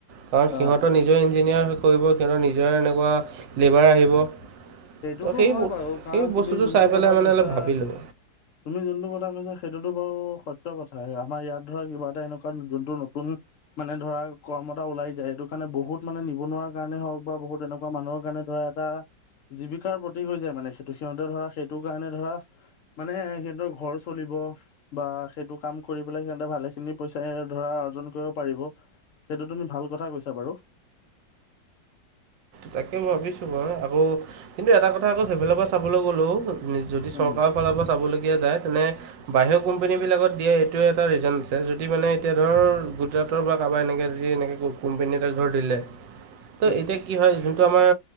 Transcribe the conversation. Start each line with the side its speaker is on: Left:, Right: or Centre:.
Right: কাৰণ
Left: অ',
Right: সিহঁতৰ নিজৰ ইঞ্জিনিয়াৰ কৰিব, সিহঁতৰ নিজৰ এনেকুৱা লেবাৰ আহিব।
Left: সেইটোতো
Right: তো সেই
Left: হয় বাৰু। কাৰণ
Right: সেই
Left: তুমি
Right: বস্তুটো
Left: যোনটো
Right: চাই
Left: কথা
Right: পেলাই মানে
Left: কৈছা
Right: অলপ ভাবিলোঁ
Left: তুমি যোনটো কথা কৈছা সেইটোতো বাৰু সত্য কথায়ে। আমাৰ ইয়াত ধৰা কিবা এটা এনেকুৱা যোনটো নতুন মানে ধৰা কৰ্মত ওলাই যায় সেই এইটো কাৰণে বহুত মানে নিবনুৱা কাৰণে হওক বা বহুত এনেকুৱা মানুহৰ কাৰণে বা এটা জীৱিকাৰ প্ৰতীক হৈ যায় মানে সেইটো। সিহঁতে ধৰা সেইটো কাৰণে ধৰা মানে সিহঁতৰ ঘৰ চলিব বা সেইটো কাম কৰি‌ পেলাই সিহঁতে ভালেখিনি পইচায়ে ধৰা অৰ্জন কৰিব পাৰিব। সেইটো তুমি ভাল কথা কৈছা বাৰু।
Right: তাকে ভাবিছো বাৰু। আকৌ কিন্তু এটা কথা আকৌ সেইফালৰ পৰা চাবলে গ'লেও যদি
Left: উম
Right: চৰকাৰ ফালৰ পৰা চাবলগীয়া যায় তেনে বাহিৰৰ কোম্পানীবিলাকত দিয়া এইটো এটা ৰিজন আছে যদি মানে এতিয়া ধৰ গুজৰাটৰ বা কাবাৰ এনেকে যদি এনেকে কোম কোম্পেনী এটা ধৰ দিলে।
Left: <inaudible>
Right: ত এতিয়া কি হয় যোনটো আমাৰ